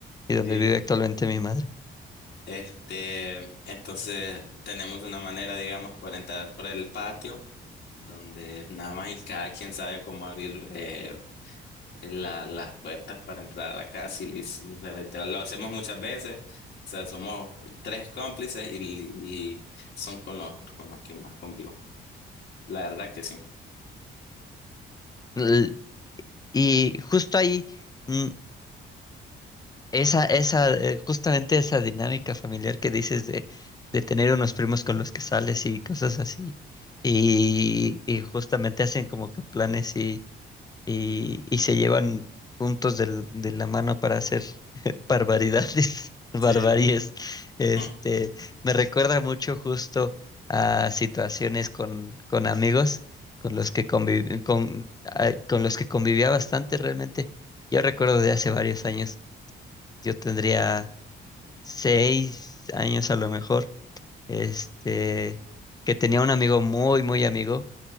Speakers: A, on the left; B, on the left.
A: y donde
B: sí,
A: vive actualmente mi madre.
B: este, entonces tenemos una manera, digamos, por entrar por el patio, donde nada más y cada quien sabe cómo abrir eh, la- las puertas para entrar a la casa y lis- literal, lo hacemos muchas veces. O sea, somos tres cómplices y, y son con los, con los que más convivo. La verdad que sí.
A: L- Y justo ahí, mm, esa, esa, eh, justamente esa dinámica familiar que dices de, de tener unos primos con los que sales y cosas así. Y, y justamente hacen como que planes y, y se llevan juntos del- de la mano para hacer <laughs> barbaridades, <laughs> barbaries.
B: Sí.
A: Este,
B: Mm,
A: me recuerda mucho justo a situaciones con, con amigos con los que conviv- con, ah, con los que convivía bastante realmente. Yo recuerdo de hace varios años, yo tendría seis años a lo mejor, este, que tenía un amigo muy, muy amigo